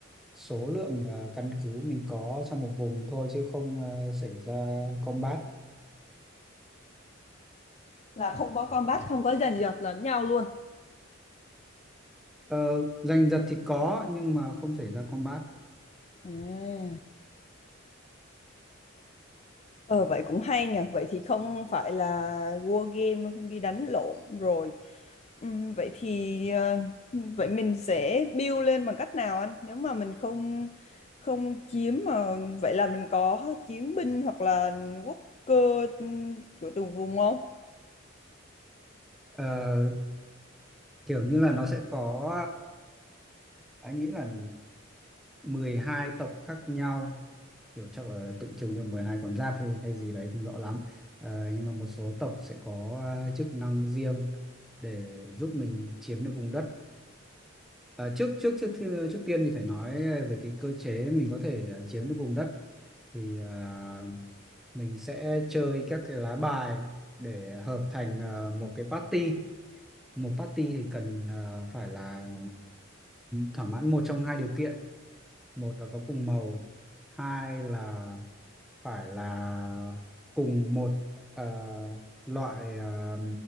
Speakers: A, in the centre; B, on the left (about 30°).
A: số lượng ờ, căn cứ mình có trong một vùng thôi chứ không ờ, xảy ra combat
B: Là không có combat, không có giành giật lẫn nhau luôn.
A: Ờ, giành giật thì có nhưng mà không xảy ra combat
B: À. Ờ vậy cũng hay nhờ Vậy thì không phải là war game Không đi đánh lộn rồi Ừm, Vậy thì ờ, Vậy mình sẽ build lên bằng cách nào anh Nếu mà mình không Không chiếm mà Vậy là mình có chiến binh hoặc là Quốc cơ ừm, của từng vùng không
A: Ờ, kiểu như là nó sẽ có ờ, anh nghĩ là 12 tộc khác nhau kiểu chắc là tượng trưng cho 12 con giáp hay, hay gì đấy không rõ lắm Ờ, nhưng mà một số tộc sẽ có ờ, chức năng riêng để giúp mình chiếm được vùng đất À, trước trước trước thi- trước tiên thì phải nói ờ, về cái cơ chế mình có thể à, chiếm được vùng đất thì à, mình sẽ chơi các cái lá bài để hợp thành à, một cái party một party thì cần à, phải là thỏa mãn một trong hai điều kiện một là có cùng màu hai là phải là cùng một à, loại à,